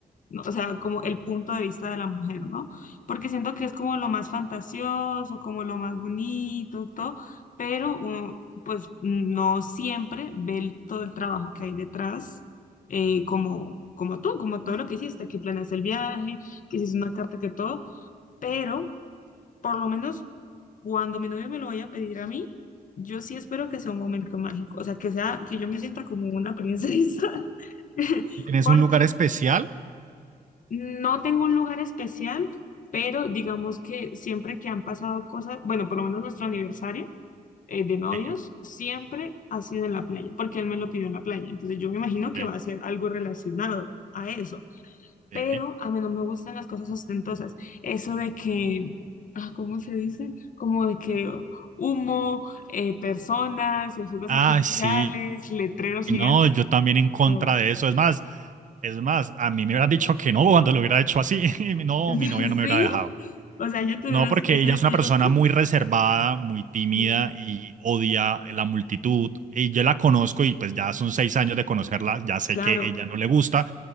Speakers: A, on the left; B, on the right.
A: ¿no? O sea, como el punto de vista de la mujer, ¿no? Porque siento que es como lo más fantasioso, como lo más bonito, todo, pero uno, pues no siempre ve el- todo el trabajo que hay detrás, eh, como, como tú, como todo lo que hiciste, que planeaste el viaje, que hiciste una carta, que todo, pero... Por lo menos cuando mi novio me lo vaya a pedir a mí, yo sí espero que sea un momento mágico, o sea, que sea, que yo me sienta como una princesa, <laughs>
B: ¿Y tienes
A: porque
B: un lugar especial?
A: no tengo un lugar especial, pero digamos que siempre que han pasado cosas, bueno, por lo menos nuestro aniversario eh, de novios,
B: Sí,
A: siempre ha sido en la playa, porque él me lo pidió en la playa, entonces yo me imagino que
B: sí,
A: va a ser algo relacionado a eso
B: sí.
A: pero a mí no me gustan las cosas ostentosas. Eso de que, ah, ¿cómo se dice? Como de que humo, eh, personas, eh, fuegos
B: Ah,
A: artificiales,
B: sí.
A: letreros
B: No,
A: gigantes,
B: yo también en contra
A: no.
B: de eso. Es más, es más, a mí me hubieran dicho que no cuando lo hubiera hecho así. <laughs> No,
A: <laughs>
B: mi novia no me
A: Sí,
B: hubiera dejado.
A: o sea, ella te hubiera-
B: No, porque
A: ella
B: ella es
A: te
B: una
A: dijo,
B: persona muy reservada, muy tímida
A: "Mm,
B: y odia la multitud. Y yo la conozco y pues ya son seis años de conocerla, ya sé
A: claro,
B: que ella no le gusta.